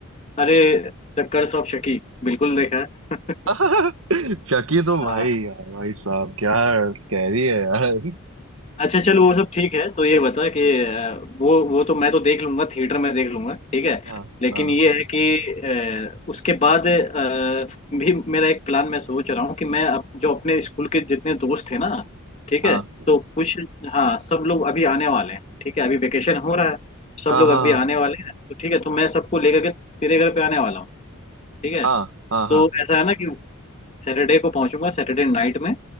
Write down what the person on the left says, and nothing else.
अरे द कर्स ऑफ शकी बिल्कुल देखा है <laughs>
हाँ,
अच्छा चलो वो सब ठीक है तो ये बता कि अ, वो वो तो मैं तो देख लूंगा थिएटर में देख लूंगा ठीक है
लेकिन
ये है कि अ, उसके बाद अ, भी मेरा एक प्लान मैं सोच रहा हूँ कि मैं अप, जो अपने स्कूल के जितने दोस्त हैं ना ठीक है
तो कुछ हाँ सब लोग अभी आने वाले हैं ठीक है अभी वेकेशन हो रहा है सब
लोग
अभी आने वाले हैं तो ठीक है तो मैं सबको लेकर के तेरे घर पे आने वाला हूँ ठीक है
तो ऐसा है ना कि सैटरडे को पहुंचूंगा सैटरडे नाइट में